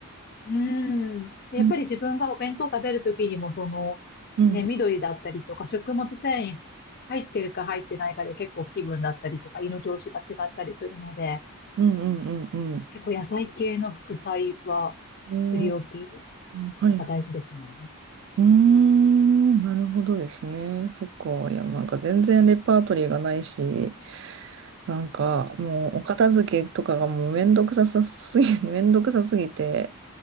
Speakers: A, on the left (about 45°); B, on the right (about 55°).
A: うーん。でやっぱり自分がお弁当食べるときにも、
B: うん
A: その、
B: うん
A: ね、緑だったりとか、食物繊維入ってるか入ってないかで結構気分だったりとか、胃の調子が違ったりするので、
B: うんうんうんうん。
A: 結構野菜系の副菜は、
B: うん、
A: 作り置き、
B: はい
A: なんか大事ですね。
B: うーん、なるほどですね。そっか。いや、なんか全然レパートリーがないし、なんかもうお片付けとかがもうめんどくささすぎ、<laughs> めんどくさすぎて、